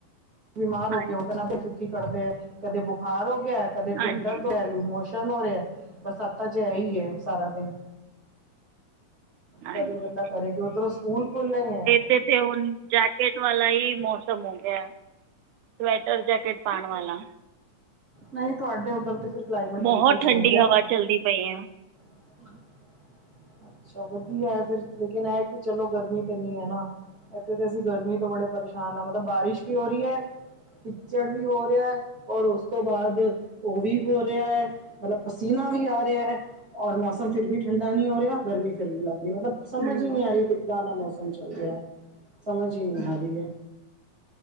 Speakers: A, on the right; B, on the right.
A: ਬੀਮਾਰ ਹੋ
B: ਹਾਂਜੀ
A: ਕੇ ਉਤਨਾਂ ਕੇ ਦੁਖੀ ਕਰਦੈ, ਕਦੇ ਬੁਖਾਰ ਹੋ ਗੇਆ ਕਦੇ
B: ਹਾਂਜੀ
A: ਟਿਡ ਦਰਦ ਏ, ਲੂਜ਼ਮੋਸ਼ਨ ਹੋ ਰੇਆ, ਬਰਸਾਤਾਂ ਚ ਇਹ ਈਏ ਸਾਰਾ ਦਿਨ।
B: ਹਾਂਜੀ
A: ਕਰੇ ਤੇ ਬੰਦਾ ਕਰੇ ਕਿ ਉੱਧਰੋਂ ਸਕੂਲ ਖੋਲਣ ਏਐ
B: ਤੇ ਹੁਣ ਜੈਕੇਟ ਵਾਲਾ ਹੀ ਮੌਸਮ ਹੋ ਗਿਆ। ਸਵੈਟਰ ਜੈਕਟ ਪਉਣ ਵਾਲਾ
A: ਨਹੀਂ ਤੁਹਾਡੇ ਉਧਰ ਤੇ ਫਿਰ ਕਲਾਈਮੇਟ
B: ਬਹੁਤ
A: ਬਿਲਕੁਲ
B: ਠੰਡੀ
A: ਚੇਂਜ ਹੈ
B: ਹਵਾ ਚੱਲਦੀ ਪਈ ਐ।
A: <unintelligible> ਅੱਛਾ ਵਧੀਆ ਹੈ ਫਿਰ ਲੇਕਿਨ ਇਹ ਕਿ ਚਲੋ ਗਰਮੀ ਤੇ ਨੀ ਹੈ ਨਾ ਇੱਥੇ ਤੇ ਅਸੀਂ ਗਰਮੀ ਤੋਂ ਬੜੇ ਪਰੇਸ਼ਾਨ ਹਾਂ ਮਤਲਬ ਬਾਰਿਸ਼ ਵੀ ਹੋ ਰਹੀ ਹੈ ਕਿੱਚੜ ਵੀ ਹੋ ਰਿਹਾ ਹੈ ਔਰ ਉਸ ਤੋਂ ਬਾਅਦ ਉਹ ਵੀ ਹੋ ਰਿਹਾ ਹੈ ਮਤਲਬ ਪਸੀਨਾ ਵੀ ਆ ਰਿਹਾ ਹੈ ਔਰ ਮੌਸਮ ਫਿਰ ਵੀ ਠੰਡਾ ਨਹੀਂ ਹੋ ਰਿਹਾ ਗਰਮੀ ਫਿਰਵੀ ਲੱਗ ਰਹੀ ਮਤਲਬ ਸਮਝ
B: ਹਮ
A: ਹੀ ਨਹੀਂ ਆ ਰਹੀ ਕਿੱਦਾਂ ਦਾ ਮੌਸਮ ਚੱਲ ਰਿਹਾ ਸਮਝ ਹੀ ਨਹੀਂ ਆ ਰਹੀ ਹੈ